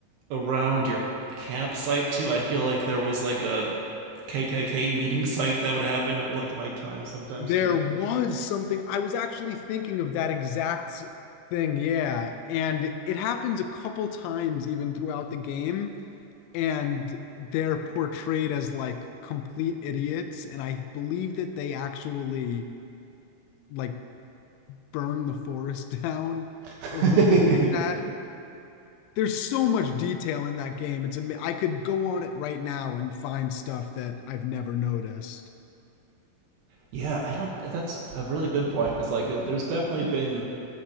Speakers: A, on the right; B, on the left.
A: around your campsite too. I feel like there was like a KKK meeting site that would happen at, like nighttime sometimes
B: There
A: too.
B: was something, I was actually thinking of that exact thing, yeah. And it happens a couple times even throughout the game, and they're portrayed as like complete idiots. And I believe that they actually like burn the forest <laughs> down
A: <laughs>
B: or something like that. There's so much detail in that game. It's ama- I could go on it right now and find stuff that I've never noticed.
A: Yeah, I don't that's a really good point because like it, there's definitely been